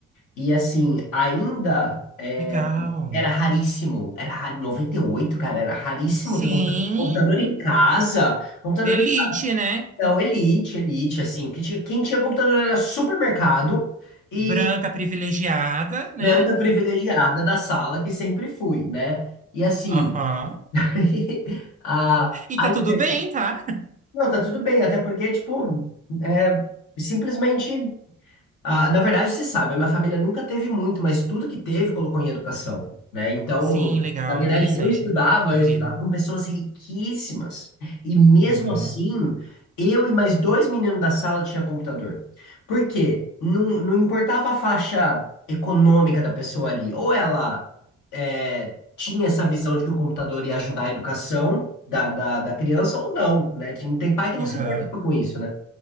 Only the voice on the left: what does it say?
E assim, ainda é,
era raríssimo. Era ra- noventa e oito cara, era raríssimo
ter computa- computador em casa. Computador
em casa.
Não, Elite, Elite, assim. o que tinha- Quem tinha computador era supermercado e
branca privilegiada da sala, que sempre fui, né? E assim.
<laughs> A,
a
inter-
Não, tá tudo bem, até porque, tipo, é simplesmente. Ah, na verdade, você sabe, a minha família nunca teve muito, mas tudo que teve colocou em educação, né? Então,
na verdade,
eu estudava,
eu estudava com pessoas riquíssimas. E mesmo
assim, eu e mais dois meninos da sala tinha computador. Por quê? Não, não importava a faixa econômica da pessoa ali. Ou ela eh, tinha essa visão de que o computador ia ajudar a educação da, da, da criança, ou não, né? Tem, tem pai que não
se importa com isso, né?